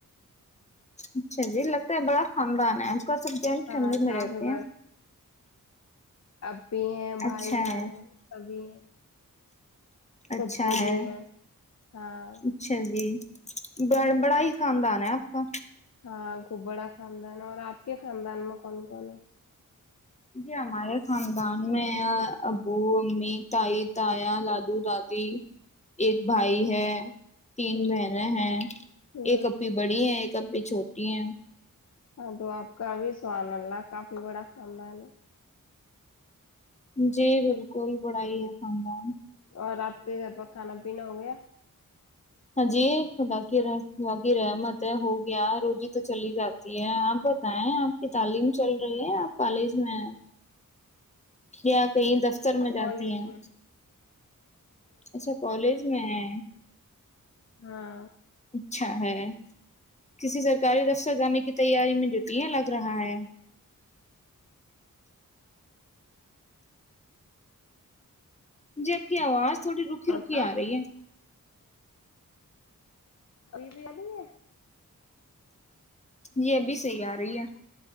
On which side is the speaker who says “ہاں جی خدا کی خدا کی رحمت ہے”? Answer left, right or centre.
Left